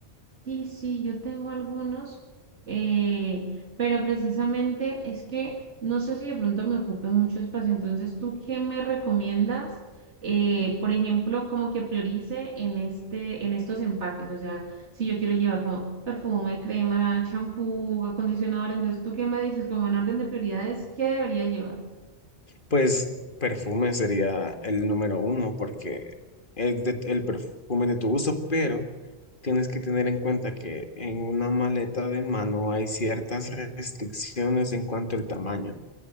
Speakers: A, on the right; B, on the left.
A: Sí, sí, yo tengo algunos, eh, pero precisamente es que no sé si de pronto me ocupe mucho espacio. Entonces, ¿tú qué me recomiendas? Eh, por ejemplo, como que priorice en este, en estos empaques. O sea, si yo quiero llevar como perfume, crema, champú, acondicionador, entonces, ¿tú qué me dices? Como en orden de prioridades, ¿qué debería llevar?
B: pues perfume sería el número uno porque es de- el perfume de tu gusto, pero tienes que tener en cuenta que en una maleta de mano hay ciertas restricciones en cuanto al tamaño.